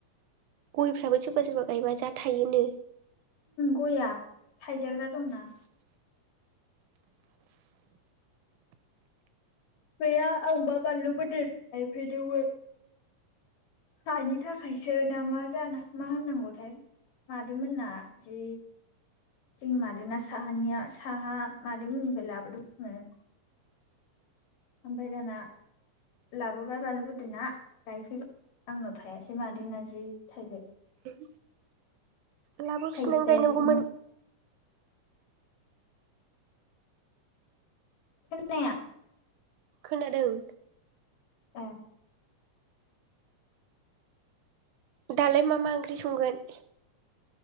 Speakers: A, on the right; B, on the left.
A: गयफ्राबो सोरबा सोरबा गायबा जा थाइयोनो
B: गया थाइजाग्रा दंना गैया आंबा बानलु बोरदोन गायफैदोंमोन। हानि थाखायसो ना मा जाखो मा होननांगौथाय मादैमोनना जि जोंनि मादै साहानिया साहा मादैमोननिफ्राय लाबोदोंमोन आं ओमफ्राय दाना लाबोबाय बानलु बोरदोना गायफैबाय आंनाव थाङासै मादै ना जि थाइबाय।
A: उम लाबोफिनानै
B: थाइजायासैनो
A: गायनांगौमोन।
B: खोनाया।
A: खोनादों।
B: औ।
A: दालाय मा मा ओंख्रि संगोन?